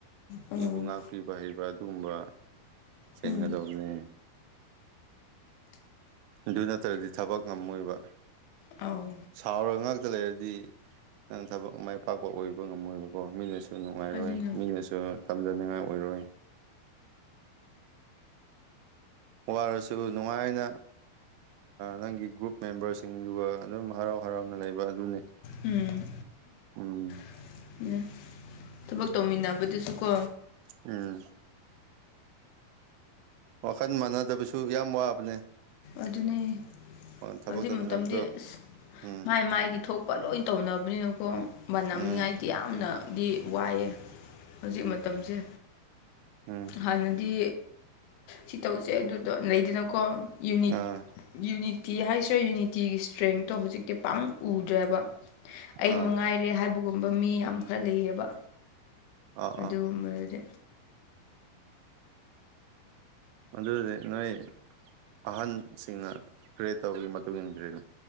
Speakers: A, on the left; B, on the right.
A: ꯎꯝ
B: ꯃꯤꯕꯨ ꯉꯥꯛꯄꯤꯕ ꯍꯩꯕ ꯑꯗꯨꯒꯨꯝꯕ ꯆꯦꯡꯒꯗꯕꯅꯤ
A: ꯎꯝ
B: ꯑꯗꯨ ꯅꯠꯇ꯭ꯔꯗꯤ ꯊꯕꯛ ꯉꯝꯃꯣꯏꯕ
A: ꯑꯥꯎ
B: ꯁꯥꯎꯔꯒ ꯉꯥꯛꯇ ꯂꯩꯔꯗꯤ ꯅꯪ ꯊꯕꯛ ꯃꯥꯏ ꯄꯥꯛꯄ ꯑꯣꯏꯕ ꯉꯝꯃꯣꯏꯕꯀꯣ ꯃꯤꯅ ꯁ ꯅꯨꯡꯉꯥꯏꯔꯣꯏ
A: ꯑꯗꯨꯅ
B: ꯃꯤꯅꯁꯨ ꯇꯝꯖꯅꯤꯡꯉꯥꯏ ꯑꯣꯏꯔꯣꯏ ꯋꯥꯔꯁꯨ ꯅꯨꯡꯉꯥꯏꯅ ꯅꯪꯒꯤ ꯒ꯭ꯔꯨꯞ ꯃꯦꯝꯕꯔꯁꯤꯡꯗꯨꯒ ꯑꯗꯨꯝ ꯍꯔꯥꯎ ꯍꯔꯥꯎꯅ ꯂꯩꯕ ꯑꯗꯨꯅꯤ
A: ꯎꯝ
B: ꯎꯝ
A: <unintelligible> ꯊꯕꯛ ꯇꯧꯃꯤꯟꯅꯕꯗꯨꯁꯨ ꯀꯣ
B: ꯎꯝ ꯋꯥꯈꯜ ꯃꯥꯟꯅꯗꯕꯁꯨ ꯌꯥꯝ ꯋꯥꯕꯅꯦ
A: ꯑꯗꯨꯅꯤ
B: ꯊꯕꯛ
A: ꯍꯧꯖꯤꯛ
B: ꯇꯧꯃꯤꯟꯅꯕꯗꯣ
A: ꯃꯇꯝꯗꯤ ꯑꯁ
B: ꯎꯝ
A: ꯃꯥꯏ ꯃꯥꯏꯒꯤ ꯊꯣꯛꯄ ꯂꯣꯏ ꯇꯧꯅꯕꯅꯤꯅꯀꯣ ꯃꯅꯝꯅꯤꯉꯥꯏꯗꯤ
B: ꯎꯝ
A: ꯌꯥꯝꯅꯗꯤ ꯋꯥꯏꯑꯦ ꯍꯧꯖꯤꯛ ꯃꯇꯝꯁꯦ
B: ꯍꯝ
A: ꯍꯥꯟꯅꯗꯤ ꯁꯤ ꯇꯧꯁꯦ ꯑꯗꯨꯗꯣ ꯂꯩꯗꯅꯀꯣ ꯌꯨꯅꯤꯠ
B: ꯑꯥ
A: ꯌꯨꯅꯤꯇꯤ ꯍꯥꯏꯁꯤꯔꯦ ꯌꯨꯅꯤꯇꯤꯒꯤ ꯏꯁꯇꯔꯦꯡꯇꯣ ꯍꯧꯖꯤꯛꯇꯤ ꯄꯥꯛꯅ ꯎꯗ꯭ꯔꯦꯕ ꯑꯩ
B: ꯑꯥ
A: ꯃꯉꯥꯏꯔꯦ ꯍꯥꯏꯕꯒꯨꯝꯕ ꯃꯤ ꯌꯥꯝ ꯈꯔ ꯂꯩꯌꯦꯕ
B: ꯑꯥ
A: ꯑꯗꯨꯒꯨꯝꯕꯗꯨꯗꯤ
B: ꯑꯥ ꯑꯗꯨꯗꯤ ꯅꯣꯏ ꯑꯍꯟꯁꯤꯡꯅ ꯀ꯭ꯔꯌꯦꯠ ꯇꯧꯕꯒꯤ ꯃꯇꯨꯡ ꯏꯟꯅ ꯀ꯭ꯔꯤꯅ